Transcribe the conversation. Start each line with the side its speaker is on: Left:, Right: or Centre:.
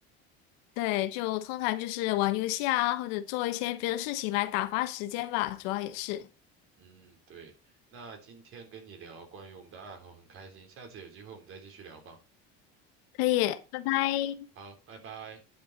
Left: 对，就通常就是玩游戏啊，或者做一些别的事情来打发时间吧，主要也是。
Right: 嗯，对。那今天跟你聊关于我们的爱好很开心，下次有机会我们再继续聊吧。
Left: 可以，拜拜。
Right: 好，拜拜。